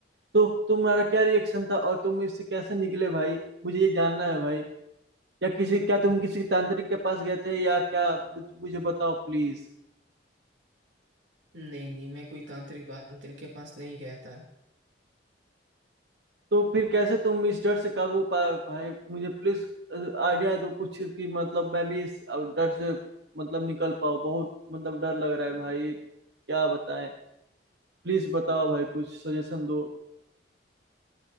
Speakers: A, on the right; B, on the right.
A: तो तुम्हारा क्या रिएक्शन था और तुम इससे कैसे निकले भाई मुझे ये जानना है भाई या किसी क्या तुम किसी तांत्रिक के पास गए थे या क्या मुझ- मुझे बताओ प्लीज
B: नहीं नहीं मैं कोई तांत्रिक वांत्रिक के पास नहीं गया था
A: तो फिर कैसे तुम इस डर से काबू पाए भाई मुझे प्लीज आइडिया दो कुछ कि मतलब मैं भी इस डर से मतलब निकल पाऊँ बहुत मतलब डर लग रहा है भाई क्या बताएं प्लीज बताओ भाई कुछ सजेशन दो